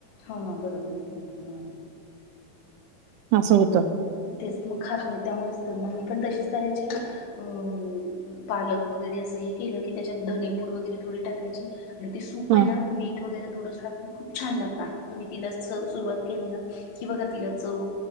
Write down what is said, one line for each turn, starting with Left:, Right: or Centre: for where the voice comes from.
Left: हा बरोबर ते हा.
Right: आस होत.
Left: तेच मग खात नाही त्यामुळेच तर मी पण तसेच करायचे अ पालक वगैरे असं हे केलं की त्याच्यात धनीपूड वगैरे टाकायची आणि ते सूप
Right: हं,
Left: आहे ना मीठ वगैरे थोडस टाकून खूप छान लागत, आता तुम्ही तिला सुरवात केली ना की बघा तिला चव